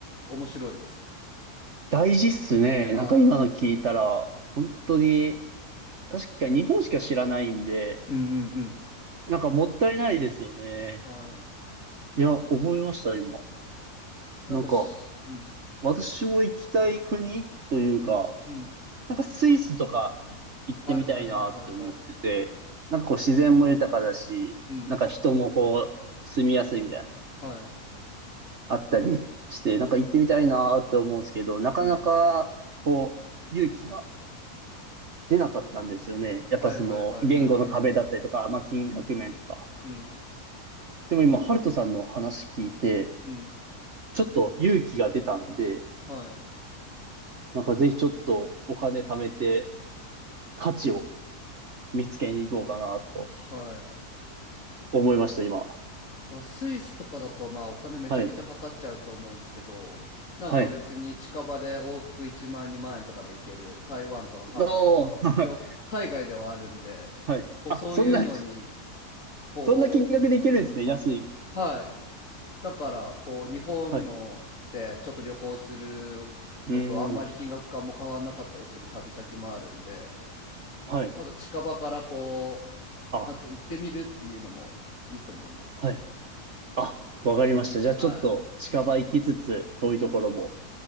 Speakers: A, on the left; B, on the right.
A: 面白いです。
B: 大事っすね。
A: はい。
B: なんか今の聞いたら、本当に、確かに日本しか知らないんで、
A: うんうん
B: なんかもったいないですよね。
A: うん。はい。
B: いや、覚えました、今。
A: なんかし、
B: なんか、
A: うん
B: 私も行きたい国というか、
A: うん。
B: なんかスイスとか行ってみたいなって思ってて、
A: はいはいはいはいはい。
B: なんかこう自然も豊かだし、
A: うん。
B: なんか人もこう住みやすいみたいな、
A: はい。
B: あったりして、なんか行ってみたいなって思うんですけど、なかなかこう勇気が
A: うん。
B: 出なかったんですよね。やっぱその言語の壁だったりとか、
A: はいはいはいはいはいはい。
B: まあ金額面とか。
A: うん。
B: でも今、ハルトさんの話聞いて、
A: うん。
B: ちょっと勇気が出たんで、
A: はい。
B: なんかぜひちょっとお金貯めて価値を見つけに行こうかなと
A: はい。
B: 思いました、今。
A: だスイスとかだとまあお金めちゃくちゃかかっちゃうと思うんですけどなんか別に近場で往復1万円2万円とかで行ける台湾とか韓国とかも一応海外ではあるんで
B: はい。はい。おーはい。<laughs> はいあ、
A: こうそういうのに
B: そんな、
A: こう
B: そんな金額でいけるんですね。安い。
A: はいだからこう日本のでちょっと旅行するのとあんまり金額感も変わらなかったりする旅先もあるんで
B: はい。うーん。はい。
A: まず近場からこ
B: あ、
A: うまず行ってみるっていうのもいいと思います。
B: はい。あ、わかりました。じゃあちょっと近場行きつつ、
A: は
B: 遠いところも